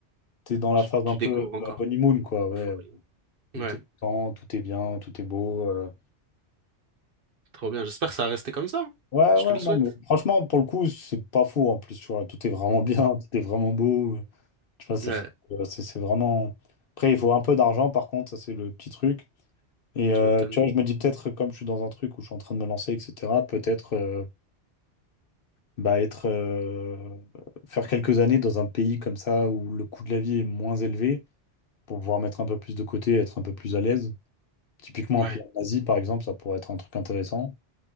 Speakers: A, on the left; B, on the right.
A: t'es dans la
B: Tu,
A: phase
B: tu
A: un
B: découvres
A: peu
B: encore
A: euh, honeymoon, quoi, ouais.
B: l'euphorie.
A: Où
B: Ouais,
A: T'es content, tout est bien, tout est beau. euh.
B: trop bien. J'espère que ça va rester comme ça. hein.
A: Ouais,
B: Je
A: ouais,
B: te le souhaite.
A: non, mais franchement, pour le coup, c'est pas fou en plus, tu vois. Tout est vraiment <laughs> bien, tout est vraiment beau. Tu vois, ça
B: Ouais,
A: fait, euh, c'est c'est vraiment. Après, il faut un peu d'argent, par contre, ça c'est le petit truc. Et
B: tu
A: euh,
B: m'étonnes.
A: tu vois, je me dis peut-être, comme je suis dans un truc où je suis en train de me lancer, etc., peut-être euh, bah, être, euh, faire quelques années dans un pays comme ça où le coût de la vie est moins élevé pour pouvoir mettre un peu plus de côté, être un peu plus à l'aise. Typiquement,
B: Ouais,
A: un pays en Asie, par exemple, ça pourrait être un truc intéressant.